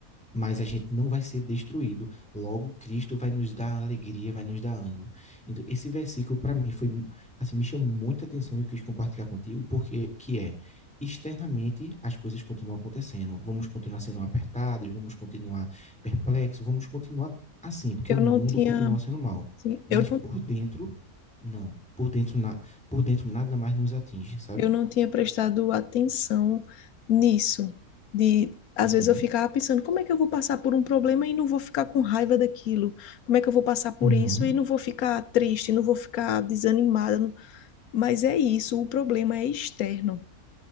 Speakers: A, in the centre; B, on the left (about 75°).
A: mas a gente não vai ser destruído. Logo, Cristo vai nos dar alegria, vai nos dar ânimo. Então, esse versículo para mim foi assim me chamou muita atenção e eu quis compartilhar contigo porque que é externamente as coisas continuam acontecendo. Vamos continuar sendo apertados, vamos continuar perplexos, vamos continuar assim, porque
B: Eu
A: o mundo
B: não tinha,
A: continua sendo mal.
B: sim,
A: Mas
B: eu
A: por
B: não
A: dentro, não. Por dentro, na, por dentro nada mais nos atinge, sabe?
B: Eu não tinha prestado atenção nisso, de às
A: Uhum.
B: vezes eu ficava pensando, como é que eu vou passar por um problema e não vou ficar com raiva daquilo? Como é que eu vou passar por
A: Uhum.
B: isso e não vou ficar triste, não vou ficar desanimada? Mas é isso, o problema é externo.